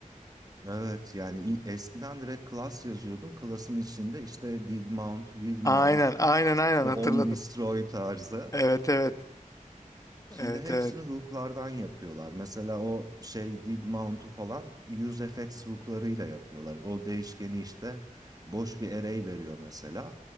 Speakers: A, on the right; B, on the left.
A: Evet yani i- eskiden direkt class yazıyordun. Class'ın içinde işte did mount, will
B: Aynen
A: mount,
B: aynen aynen
A: işte
B: hatırladım.
A: on destroy tarzı.
B: Evet evet.
A: Şimdi
B: Evet
A: hepsini
B: evet.
A: hook'lardan yapıyorlar. Mesela o şey did mount'u falan use useFX hook'larıyla yapıyorlar. O değişkeni işte boş bir array veriyor mesela.